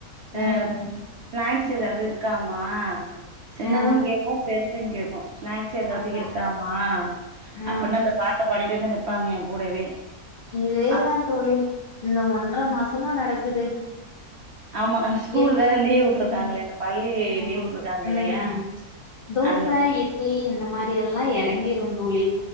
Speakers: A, on the right (about 65°); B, on the left (about 75°).
A: ஆ
B: ம்
A: ஸ்நாக்ஸ் ஏதாவது இருக்காமா சின்னதும்
B: ஆ
A: கேட்கு பெருசு கேட்கும் ஸ்நாக்ஸ் ஏதாவது
B: அதா
A: இருக்காமா
B: ஆ
A: அப்படின்னு அந்த பாட்டு பாடிட்டு வந்து நிறப்பாங்க எ கூடவே
B: இதேதா
A: ஆ
B: தோழி இந்த ஒன்றர மாசமா நடக்குது
A: ஆமா ஸ்கூல்
B: எப்-
A: வேற லீவ் விட்டுருக்காங்களா இந்த பள்ளி
B: ஆமா
A: லீவ் விட்டுருக்காங்க
B: ம்
A: இல்லையா
B: தோச
A: அந்த பள்ளி
B: இட்லி இந்த மாதிரி எல்லாம் இறங்கிரு தோழி